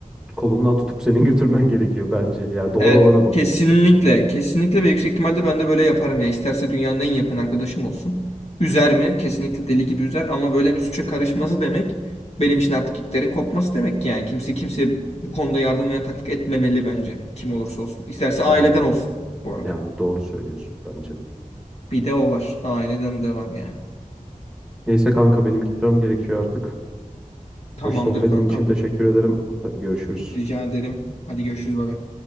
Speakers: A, in the centre; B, on the left.
A: kolundan tutup senin <laughs> götürmen gerekiyor bence. Yani doğru
B: E,
A: olanı bu.
B: kesinlikle, kesinlikle ve yüksek ihtimalle ben de böyle yaparım ya. İsterse dünyanın en yakın arkadaşım olsun. Üzer mi? Kesinlikle deli gibi üzer ama böyle bir suça karışması demek benim için artık iplerin kopması demek yani. Kimse kimseye bu konuda yardım ve yataklık etmemeli bence. Kim olursa olsun. İsterse
A: Yani
B: aileden olsun bu arada.
A: yani doğru söylüyorsun bence de.
B: Bir de o var. Aileden de var yani.
A: Neyse kanka benim gitmem gerekiyor artık.
B: Tamamdır
A: Hoş sohbetin
B: kankam.
A: için teşekkür ederim. Hadi görüşürüz.
B: Rica ederim. Hadi görüşürüz baba.